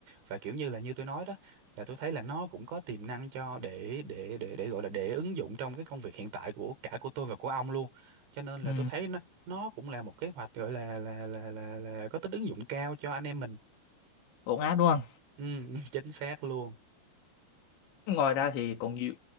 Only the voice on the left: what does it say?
ừ.
ổn áp đúng không
ngoài ra thì còn nhiều